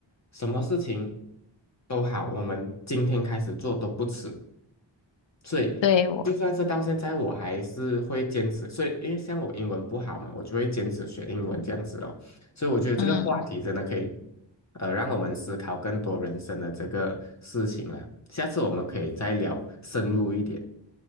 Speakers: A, on the left; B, on the left.
A: 什么事情都好，我们今天开始做都不迟。所以就算是到现在，
B: 对我，
A: 我还是会坚持。所以因为像我英文不好嘛，我就会坚持学英文这样子咯。所以我觉得这个话题真的可以，
B: 嗯，
A: 呃，让我们思考更多人生的这个事情了。下次我们可以再聊深入一点。